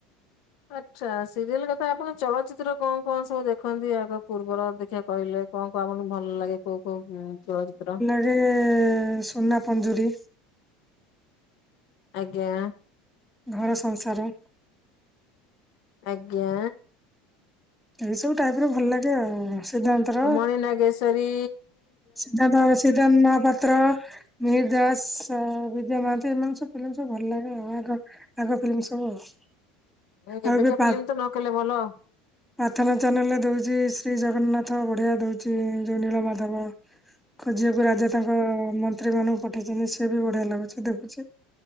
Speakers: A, on the left; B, in the centre.
A: ଆଚ୍ଛା ସିରିଏଲ କଥା ଆପଣ ଚଳଚ୍ଚିତ୍ର କଣ କଣ ସବୁ ଦେଖନ୍ତି ଆଗ ପୂର୍ବର ଦେଖିଆ କହିଲେ କଣ କଣ ଆପଣ ଭଲ ଲାଗେ କୋଉ କୋଉ ଉଁ ଚଳଚ୍ଚିତ୍ର?
B: ଏ ସୁନା ପଞ୍ଜୁରୀ।
A: ଆଜ୍ଞା।
B: ଘର ସଂସାର।
A: ଆଜ୍ଞା।
B: ଏଇ ସବୁ ଟାଇପର ଭଲ ଲାଗେ ଆଉ। ସିଦ୍ଧାନ୍ତର
A: ହଁ ମଣି ନାଗେଶ୍ବରୀ।
B: ସିଦ୍ଧାତ-ସିଦ୍ଧାନ୍ତ ମହାପାତ୍ର। ମିହିର ଦାସ ଅ ବିଜୟ ମହାନ୍ତି ଏମାନେ ସବୁ ଫିଲିମି ସବୁ ଭଲ ଲାଗେ ଆଉ ଆଗ ଆଗ ଫିଲ୍ମ ସବୁ ଆଉ।
A: ହୁଁ
B: ଆଉ
A: ଏବେକା
B: ଏବେ ପା
A: ଫିଲ୍ମ ତ ନ କହିଲେ ଭଲ।
B: ପ୍ରାର୍ଥନା ଚ୍ୟାନେଲରେ ଦଉଚି ଶ୍ରୀ ଜଗନ୍ନାଥ ବଢିଆ ଦଉଚି ଯୋଉ ନୀଳମାଧବ ଖୋଜିଆକୁ ରାଜା ତାଙ୍କ ମନ୍ତ୍ରୀ ମାନଙ୍କୁ ପଠେଇଚନ୍ତି ସେ ବି ବଢିଆ ଲାଗୁଛି ଦେଖୁଛି।